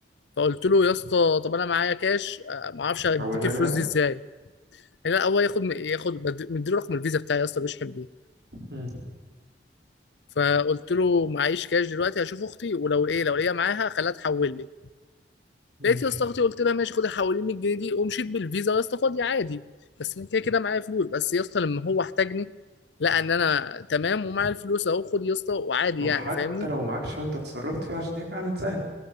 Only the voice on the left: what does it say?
فقلت له يا اسطى طب انا معايا كاش آه، ما اعرفش اديك
الفلوس
دي ازاي لا هو ياخد ياخد مد- مديله رقم الفيزا بتاعي يا اسطى بيشحن بيه
فقلت له معيش كاش دلوقتي هشوف اختي ولو ايه لو ليا معاها خليها تحول لي
لقيت يا اسطى اختي قلت لها ماشي خدي حولي 100 جنيه دي ومشيت بالفيزا يا اسطى فاضي عادي بس انا كده كده معايا فلوس بس يا اسطى لما هو احتاجني لقى ان انا تمام ومعايا الفلوس اهو خد يا اسطى وعادي
يعني فاهمني